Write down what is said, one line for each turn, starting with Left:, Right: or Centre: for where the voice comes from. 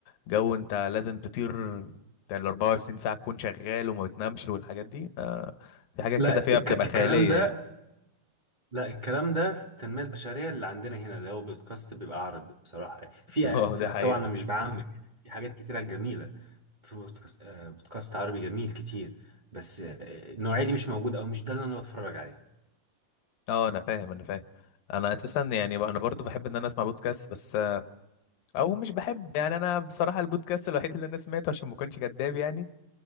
Left: جو انت لازم تطير بتاع ال 24 ساعة تكون شغال وما بتنامش والحاجات دي آه في حاجات
Right: لا
Left: كده فيها
Right: الك-
Left: بتبقى
Right: الكلام
Left: خيالية
Right: ده
Left: يعني
Right: لا الكلام ده في التنمية البشرية اللي عندنا هنا اللي هو بودكاست بيبقى عربي بصراحة في
Left: <laughs>
Right: آه،
Left: اه دي حقيقة
Right: طبعا انا مش بعمم في حاجات كتيرة جميلة في بودكاست آه، بودكاست عربي جميل كتير بس آه، النوعية دي مش موجودة او مش ده اللي انا بتفرج عليه
Left: اه انا فاهم انا فاهم انا اساسا يعني انا برضو بحب ان انا اسمع بودكاست بس او مش بحب يعني انا بصراحة البودكاست الوحيد اللي انا سمعته عشان ما اكونش كداب يعني